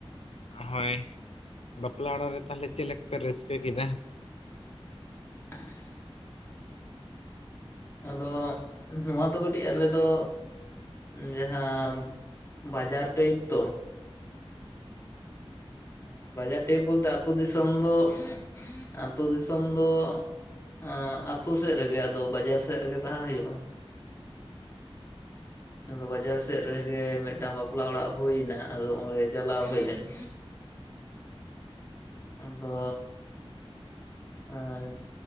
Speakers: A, on the left; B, on the left.
A: ᱦᱳᱭ, ᱵᱟᱯᱞᱟ ᱚᱲᱟᱜ ᱨᱮ ᱛᱟᱦᱚᱞᱮ ᱪᱮᱫ ᱞᱮᱠᱟ ᱯᱮ ᱨᱟᱹᱥᱠᱟᱹ ᱠᱮᱫᱟ?
B: <unintelligible> ᱟᱫᱚ ᱱᱚᱣᱟ ᱫᱚ ᱠᱟᱹᱴᱤᱡ ᱟᱞᱮ ᱫᱚ ᱡᱟᱦᱟᱸ ᱵᱟᱡᱟᱨ ᱴᱟᱭᱤᱯ ᱛᱚ, ᱮᱸ ᱵᱟᱡᱟᱨ ᱴᱟᱭᱤᱯ ᱵᱚᱞᱛᱮ ᱟᱹᱛᱩ ᱫᱤᱥᱚᱢ ᱫᱚ ᱟᱛᱳ ᱫᱤᱥᱚᱢ ᱫᱚ ᱮᱸᱜ ᱟᱛᱩ ᱥᱮᱫ ᱨᱮᱜᱮ ᱟᱫᱚ ᱵᱟᱡᱟᱨ ᱥᱮᱫ ᱨᱮᱜᱮ ᱛᱟᱦᱮᱸ ᱦᱩᱭᱩᱜᱼᱟ᱾
A: <unintelligible>
B: ᱟᱫᱚ ᱵᱟᱡᱟᱨ ᱥᱮᱫ ᱨᱮᱜᱮ ᱢᱤᱫᱴᱟᱝ ᱵᱟᱯᱞᱟ ᱚᱲᱟᱜ ᱦᱩᱭ ᱱᱟ, ᱟᱫᱚ ᱚᱸᱰᱮ ᱪᱟᱞᱟᱣ ᱦᱩᱭ ᱞᱮᱱᱟ᱾ ᱟᱫᱚ ᱟᱨ